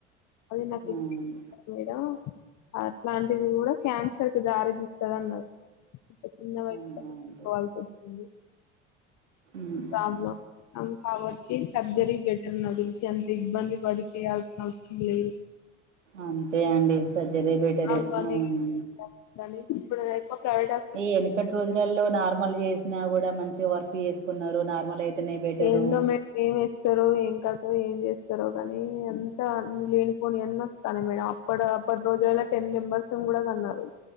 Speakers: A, on the left (about 50°); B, on the right (about 75°).
A: అది నా
B: అవును
A: మేడం అట్లాంటిది కూడా క్యాన్సర్ కి దారి తీస్తది అన్నారు. చిన్న వై.
B: మైయిండు.
A: కాల్స్వచ్చింది.
B: Hmm
A: problem. అంతా వచ్చి సర్జరీ బెటర్ నాకు తెలిసి అంత ఇబ్బంది పడి చేయాల్సిన అవసరం లేదు.
B: అంతే అండి సర్జరే బెటరు
A: అవ్వని
B: అవును.
A: కానీ ఇప్పుడు. మా ప్రైవేట్ హాస్.
B: ఈ ఎనకటి రోజులలో నార్మల్ చేసినా కూడా మంచిగ వర్క్. వేసుకున్నారు నార్మల్ అయితేనే బెటరు.
A: ఏందో మేడం ఏం ఎస్తారో ఏం కతో ఏం చేస్తారో కనీ అంతా అ లేనిపోని అన్న వస్. కానీ మేడం అప్పుడ అప్పటి రోజులా టెన్ మెంబర్స్ కూడా కన్నారు